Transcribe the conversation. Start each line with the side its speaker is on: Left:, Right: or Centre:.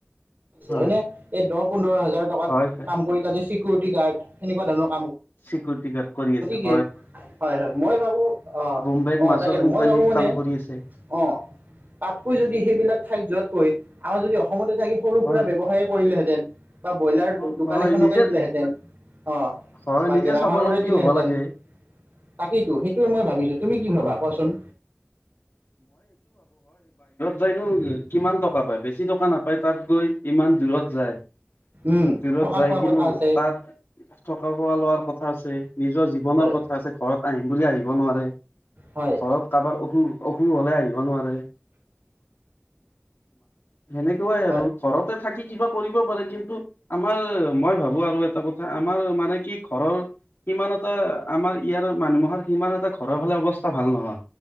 Left: হয়
Right: মানে এই দহ পোন্ধৰ হাজৰ হাজাৰ টকাত
Left: হয় হয়
Right: কাম কৰি ততে চিকিউৰিটি গাৰ্ড এনেকুৱ ধৰ
Left: স্বীকৰতি গাৰ্ড কৰোঁ আছোঁ
Right: হয় হয় মই ভাবো অ
Left: বোম্বেত
Right: অ
Left: মাছৰ
Right: তাকেনো
Left: কোম্পানীত
Right: মই ভাবো মানে
Left: কাম কৰি আছে
Right: অ তাতকৈ যদি সেই বিলাক সেই বিলাক ঠাইত যোৱাতকৈ আমাৰ যদি অসমতে থাকি সৰু-সুৰা
Left: হয়
Right: ব্যৱসায়ে কৰিলেহেতেন। বা ব্ৰইলাৰ
Left: অ
Right: দোকান
Left: হয়
Right: এখনকে
Left: নিজে
Right: দিলেহেঁতেন। অ
Left: হয়
Right: বা
Left: নিজে
Right: গেলামালৰে
Left: স্বাৱলম্বী
Right: দিলেহেঁতেন।
Left: হ'ব লাগে
Right: তাকেইতো সেইটোৱে মই ভাবিছো তুমি কি ভাবা
Left: অ
Right: কোৱাচোন?
Left: তাইনো কিমান টকা পাই বেছি টকা নাপায় তাত গৈ ইমান দূৰত যায়।
Right: উম
Left: দূৰত
Right: থকা
Left: যাই
Right: খোৱা
Left: কিনু
Right: কথা আছে
Left: তাত থকা খোৱা লোৱাৰ কথা আছে। নিজৰ জীৱনৰ
Right: হয়
Left: কথা আছে, ঘৰত আহিম বুলি আহি ব নোৱাৰে।
Right: হয়
Left: ঘৰত কাৰোবাৰ অসু অসুখ হ'লে আহিব নোৱাৰে। হয়। সেনেকুৱাই
Right: হয়
Left: আৰু ঘৰতে থাকি কিবা কৰিব পাৰে কিন্তু আমাৰ মই ভাবো আৰু এটা কথা আমাৰ মানে কি ঘৰৰ, সিমান এটা আমাৰ ইয়াৰ মানুহৰ সিমান এটা ঘৰৰ ফালে অৱস্থা ভাল নহয়।